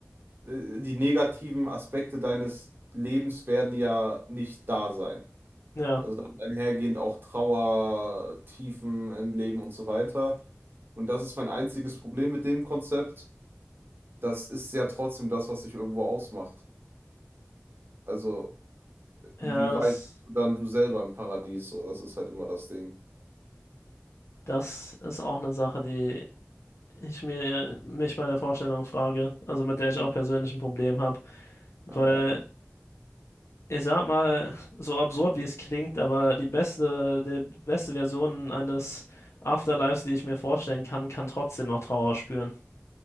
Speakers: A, on the right; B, on the left.
A: äh, die negativen Aspekte deines Lebens werden ja nicht da sein.
B: ja.
A: Also damit einhergehend auch Trauer, Tiefen im Leben und so weiter. Und das ist mein einziges Problem mit dem Konzept. Das ist ja trotzdem das, was sich irgendwo ausmacht. Also Wie
B: Ja, das,
A: weit bist du dann du selber im Paradies? So, das ist halt immer das Ding.
B: das ist auch eine Sache, die ich mir mich bei der Vorstellung frage. Also mit der ich auch persönlich ein Problem habe. Weil
A: Ja,
B: Ich sag mal, so absurd wie es klingt, aber die beste, die beste Version eines Afterlives, die ich mir vorstellen kann, kann trotzdem noch Trauer spüren.